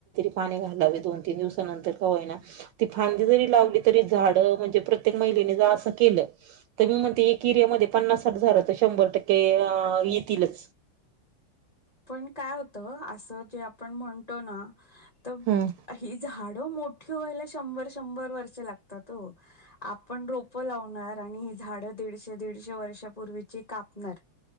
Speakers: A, on the right; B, on the left.
A: पाणी घालावे दोन-तीन दिवसानंतर का होय ना ती फांदी जरी लावली तरी झाड म्हणजे. जर प्रत्येक महिलेने जर असं केलं तर मी म्हणते एक एरिया मध्ये पण पन्नास साठ झाडं शंभर टक्के ह येतीलच.
B: पण काय होत अस जे आपण म्हणतो ना.. त
A: हम्म
B: अही झाड. मोठी व्हायला शंभर शंभर वर्ष लातात हो पण डोकं लावणार आणि. झाड दीडशे दीडशे वर्षापूर्वीची कापणार